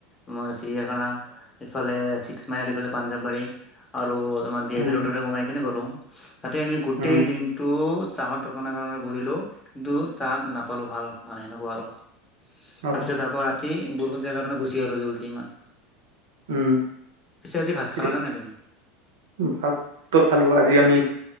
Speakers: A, on the left (about 20°); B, on the right (about 70°).
A: আমাৰ চিৰিয়াখানা এইফালে ছিক্স মাইল ইফালে পাঞ্জাৱবাৰী আৰু তোমাৰ ভি আই
B: উম
A: পি ৰোডৰে সোমাই কেনে গ'লো তাতে আমি গোটেই
B: উম
A: দিন তো চাহৰ দোকানে দোকানে ঘূৰিলো কিন্তু চাহ নাপালো ভাল মানে এনেকোৱা আৰু তাৰপিছত
B: আহ
A: আকৌ ৰাতি বৰষুণ দিয়া কাৰণে গুচি আহিলো জলদি ইমান
B: উম
A: পিছে আজি ভাত
B: এতিয়া
A: খালা নে নাই তুমি
B: ভাতটো খালো আজি আমি